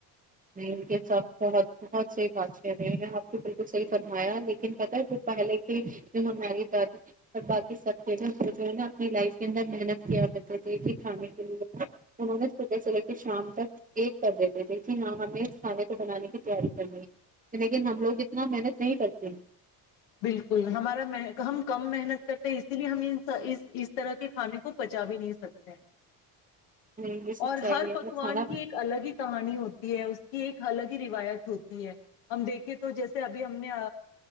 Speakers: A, on the right (about 20°); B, on the left (about 85°).
A: نہیں یہ سب بہت بہت سحی باتشاہ میں نے آپ کو بالکل صحیح فرمایا لیکن پتہ ہے جو پہلے کے جو ہماری دادی اور باقی سب تھے نا جو ہے نا اپنی لائف کے اندر محنت کیا کرتے تھے کھانے کے لیے انہوں نے صبح سے لے کے شام تک ایک کر دیتے تھے جی ہاں ہم نے اس کھانے کو بنانے کی تیاری کرنی ہے لیکن ہم لوگ اتنا محنت نہیں کرتے ہیں
B: بالکل ہمارا ہم کم محنت کرتے ہیں اسی لیے ہم اس طرح کے کھانے کو پچا بھی نہیں سکتے
A: نہیں یہ سب
B: اور
A: چاہیے
B: ہر پکوان
A: وہ کھانا
B: کی ایک الگ ہی کہانی ہوتی ہے اس کی ایک الگ ہی روایت ہوتی ہے ہم دیکھیں تو جیسے ابھی ہم نے